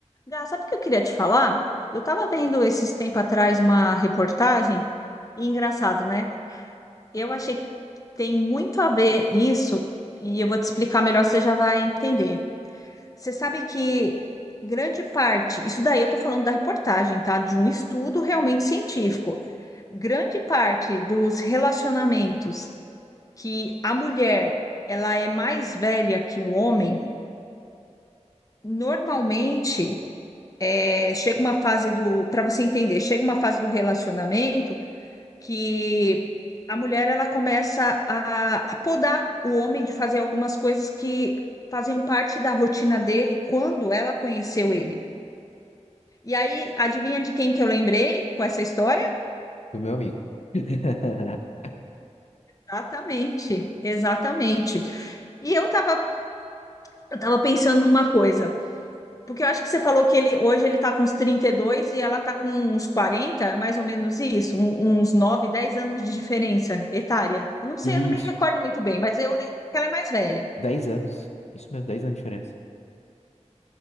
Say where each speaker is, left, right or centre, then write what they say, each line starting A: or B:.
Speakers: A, on the left; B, on the left.
A: Gá, sabe o que eu queria te falar? Eu estava vendo esses tempos atrás uma reportagem, e engraçado, né? Eu achei que tem muito a ver isso, e eu vou te explicar melhor, você já vai entender. Você sabe que grande parte, isso daí eu estou falando da reportagem, tá? De um estudo realmente científico. Grande parte dos relacionamentos que a mulher ela é mais velha que o homem, normalmente é, chega uma fase do, para você entender, chega uma fase do relacionamento que a mulher ela começa a, a podar o homem de fazer algumas coisas que faziam parte da rotina dele quando ela conheceu ele. E aí, adivinha de quem que eu lembrei com essa história?
B: do meu amigo. <laughs>
A: Exatamente, exatamente. E eu estava eu tava pensando numa coisa. Porque eu acho que você falou que ele hoje ele tá com uns trinta e dois e ela tá com uns 40, mais ou menos isso, um- uns 9, 10 anos de diferença etária. Eu não sei,
B: Isso,
A: eu não me recordo muito bem, mas eu lembro que ela é mais velha.
B: 10 anos. Isso mesmo, dez anos de diferença.